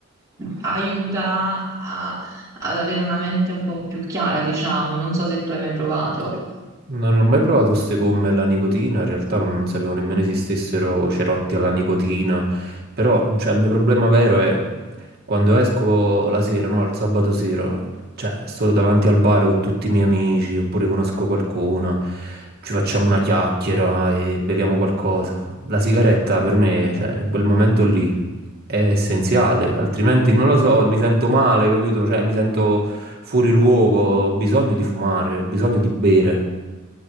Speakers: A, on the right (about 20°); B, on the right (about 50°).
A: aiuta a- ad avere una mente un po' più chiara, diciamo, non so se tu hai mai provato.
B: Sì. Non ho mai provato queste gomme alla nicotina, in realtà non sapevo nemmeno esistessero cerotti alla nicotina, però cioè, il mio problema vero è quando esco la sera, no, il sabato sera, cioè sto davanti al bar con tutti i miei amici oppure conosco qualcuno, ci facciamo una chiacchiera e beviamo qualcosa. La sigaretta per me, cioè, in quel momento lì... È essenziale, altrimenti non lo so, mi sento male, capito? Cioè, mi sento fuori luogo, ho bisogno di fumare, ho bisogno di bere.